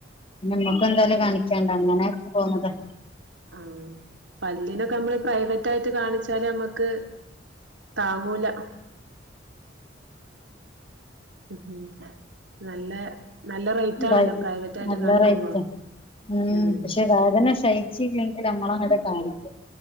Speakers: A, on the left; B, on the right.
A: ഇൻ്റമ്മക്ക് എന്തായാലും
B: ആഹ്
A: കാണിക്കാണ്ട്. അങ്ങനെ പോന്നതാ
B: ആഹ് പല്ലിനൊക്കെ നമ്മ പ്രൈവറ്റായിട്ട് കാണിച്ചാല് അമ്മക്ക് താങ്ങൂല. മ്മ് ഹ്. നല്ല നല്ല റേറ്റ് ആണല്ലോ
A: അതെ.
B: പ്രൈവറ്റ് ആയിട്ട്
A: നല്ല
B: കാണിക്കുമ്പോ
A: റെയ്റ്റാ. മ്മ്
B: ഉം
A: പക്ഷെ വേദന സയിച്ച് <unintelligible> നമ്മളങ്ങട്ട് കാണി